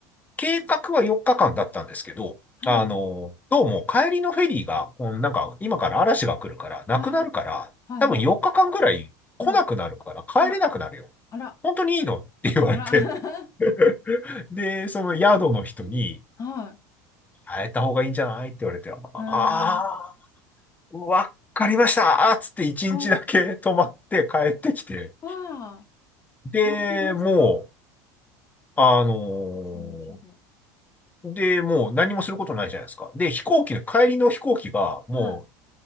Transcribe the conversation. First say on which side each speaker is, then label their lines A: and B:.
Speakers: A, on the left; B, on the left.
A: 計画は4日間だったんですけど、
B: はい。
A: あの、どうも帰りのフェリーが、こうなんか今から嵐が来るから、なくなるから、
B: ああ、はいはい、
A: 多分4日間ぐらい来なくなるから帰れなくなるよ。
B: はい。あら、あら、
A: 本当にいいのって言われて。
B: あら。<laughs>
A: <laughs> で、その宿の人に、
B: えーは
A: 変えた方がいいんじゃないって言われて、ああ
B: い。えー、
A: ー、わかりましたつって1日だけ泊まって帰ってきて。
B: お、わあ、
A: で、
B: 楽しめました
A: もう、あのー
B: 一日で。
A: で、もう何もすることないじゃないですか。で、飛行機の、帰りの飛行機がもう
B: はい。